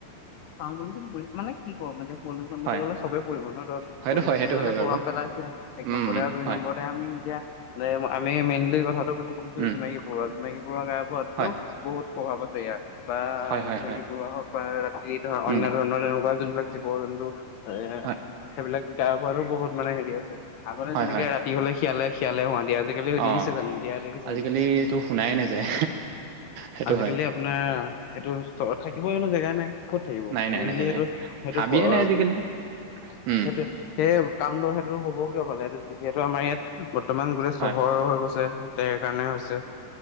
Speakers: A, on the left; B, on the right.
A: চাওঁ বুলি <unintelligible> মানে কি ক মানে পলিউশ্যন বুলি
B: হয়
A: ক'লে চবে পৰিব ন, ত
B: হয়টো
A: পলিউশ্যনে
B: হয় সেইটো
A: মানে
B: হয় বাৰু
A: প্ৰভাৱ পেলাইছে। এক
B: উম
A: নম্বৰতে
B: উম
A: আৰু দুই
B: হয়
A: নম্বৰতে আমি এতিয়া নাই আমি মেইনলি কথাটো <unintelligible>
B: উম
A: জোনাকী পৰুৱা, জোনাকী পৰুৱা গায়ব হোৱাটোতো
B: হয়
A: বহুত প্ৰভাৱ আছে <unintelligible> বা
B: হয় হয়
A: জোনাকী
B: হয়
A: পৰুৱা হওঁক বা ৰাতি ধৰা অন্যধৰণৰ
B: উম
A: তেন কোৱা যোনবিলাক জীৱ জন্তু, এ
B: হয়
A: সেইবিলাক গায়ব হোৱাৰো বহুত মানে হেৰি আছে। আগতে
B: হয়
A: যেনেকে
B: হয়
A: ৰাতি হলে শিয়ালে-শিয়ালে হোৱা আজিকালি দিছে
B: অ
A: জানো দিয়া দেখিছে
B: আজিকালিতো
A: জানো?
B: শুনাই নাযায় সেইটো
A: আজিকালি
B: হয়
A: আপোনাৰ অ', এইটো চ থাকিবই ন জেগাত। ক'ত থাকিব,
B: নাই নাই
A: মেইনলি
B: নাই নাই
A: এইটো সেইটো
B: হাবিয়ে
A: <unintelligible>
B: নাই আজিকালি উম
A: সেইটোৱে, সেই কামটো সেইটো হ'ব কিয় পালে সেইটো যিহেটো আমাৰ ইয়াত বৰ্তমান গোটেই
B: হয়
A: চহৰ হৈ গৈছে <unintelligible> কাৰণে হৈছে।